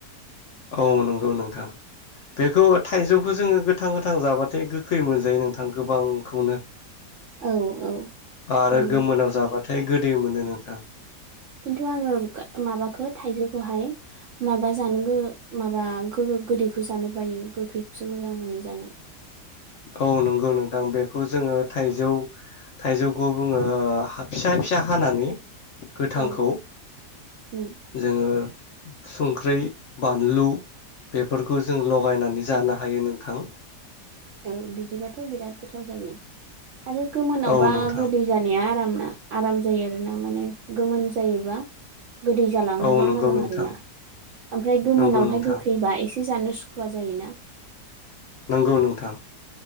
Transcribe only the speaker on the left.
औ नोंगौ नोंथां बेखौ थाइजौ खौ जोङो गोथां गोथां जाबाथाय गोखै मोनजायो नोंथां गोबांखौनो
आरो
गोमोनाव जाबा थाय गोदै मोनो नोंथां
औ नोंगौ नोंथां बे खौ जोङो थाइजौ थाइजौखौ बुङो हा फिसा फिसा हानानै गोथांखौ
जोङो संख्रै बानलु बेफोरखौ जों लगायनानै जानो हायो नोंथां।
औ नोंथां
औ नंगौ
नोंथां
नंगौ नोंथां
नंगौ नोंथां।